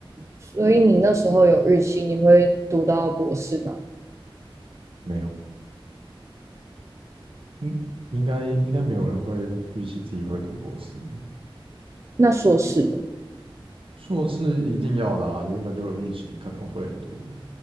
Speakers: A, on the right (about 30°); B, on the right (about 70°).
A: 所以你那时候有预期你会读到博士吗？
B: 没有，应应该应该没有人会预期自己会读博士。
A: 那硕士呢？
B: 对啊，硕士一定要的啊，原本就有预期可能会读。